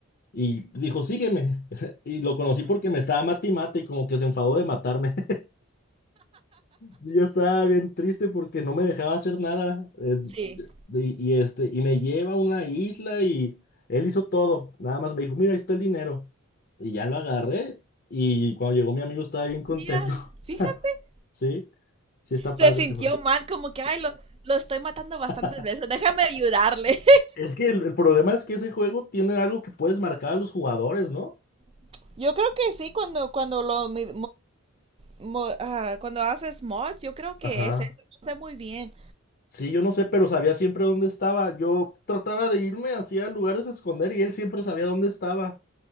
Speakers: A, on the left; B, on the right.
A: Y dijo, sígueme. <laughs> Y lo conocí porque me estaba mate y mate y como que se enfadó de matarme. <laughs> Yo estaba bien triste porque no me dejaba hacer nada. eh,
B: Sí.
A: y, y este, y me lleva a una isla y él hizo todo. Nada más me dijo, mira, ahí está el dinero. Y ya lo agarré. Y cuando llegó mi amigo estaba bien contento.
B: Mira, fíjate.
A: <laughs> Sí, sí está padre
B: Se sintió
A: ese juego.
B: mal, como que, ay, lo, lo estoy matando bastantes
A: <laughs>
B: veces, déjame ayudarle.
A: Es que el, el problema es que ese juego tiene algo que puedes marcar a los jugadores, ¿no?
B: <laughs> Yo creo que sí, cuando, cuando lo mi- mo- ah, cuando haces mods, yo creo que
A: Ajá.
B: es eso, no sé muy bien.
A: Sí, yo no sé, pero sabía siempre dónde estaba. Yo trataba de irme hacia lugares a esconder y él siempre sabía dónde estaba.